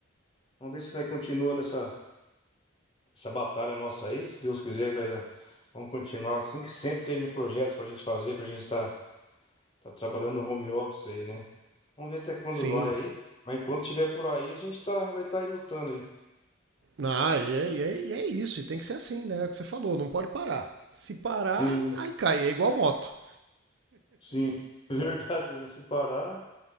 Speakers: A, on the left; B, on the right.
A: Vamos ver se nós continua nessa essa batalha nossa aí. Se Deus quiser, vai dar. Vamos continuar assim, que sempre tem projetos pra gente fazer, pra gente estar tá, tá trabalhando no home office aí, né? Vamos ver até quando
B: Sim.
A: vai aí. Mas enquanto tiver por aí, a gente tá, vai estar tá aí lutando aí.
B: Ah, e é, e é- e é isso, e tem que ser assim, né? É o que você falou, não pode parar. Se parar,
A: Sim,
B: aí cai, é igual moto.
A: sim. <laughs> Verdade, né? se parar.